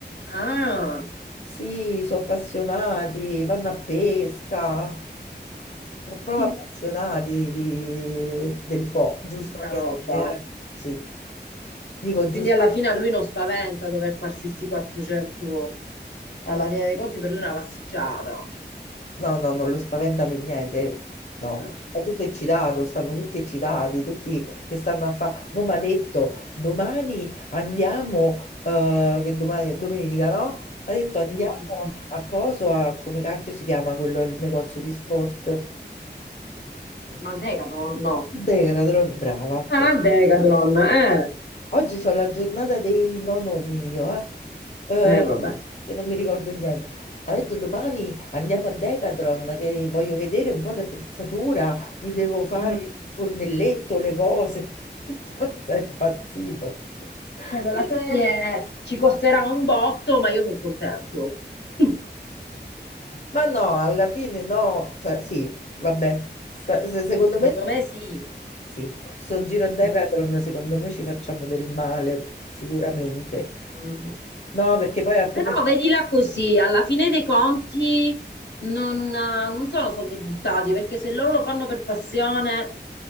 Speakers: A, on the left; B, on the left.
A: Ah,
B: Sì, sono appassionati, vanno a pesca, sono proprio
A: hm,
B: appassionati di- del Po, giustamente.
A: di sta roba.
B: eh. Sì, dico
A: Quindi
B: giustamente.
A: alla fine a lui non spaventa dover farsi sti 400, alla fine dei conti per lui è una passeggiata.
B: No, no, non lo spaventa per niente, no.
A: Eh.
B: È tutto eccitato, stanno tutti eccitati, tutti che stanno a fare. Mo' mi ha detto, domani andiamo, eh, che domani è domenica, no? Mi ha detto, andiamo
A: Mm,
B: a coso, a, come cacchio si chiama quello, il negozio di sport?
A: ma il Decathlon no.
B: Decathlon, brava, brava.
A: Ah, il Decathlon, eh.
B: Oggi c'ho la giornata dei nonno mio, eh, Eh,
A: Eh, vabbè.
B: che non mi ricordo niente. Ha detto domani andiamo a Decathlon che voglio vedere un po' di attrezzatura, mi devo fare
A: Mm,
B: il fornelletto, le cose. <laughs> Ho detto, ma sei impazzito?
A: cioè, della
B: <laughs>
A: serie ci costerà un botto, ma io sono contento. <laughs>
B: Ma no, alla fine no, cioè sì, vabbè, Sa- se- secondo
A: Secondo
B: me
A: me sì.
B: sì, sto giro a Decathlon,
A: Eh.
B: secondo me ci facciamo del male, sicuramente.
A: Mm.
B: No, perché poi a
A: Però
B: come
A: vedila così, alla fine dei conti non, non sono soldi buttati, perché se loro lo fanno per passione,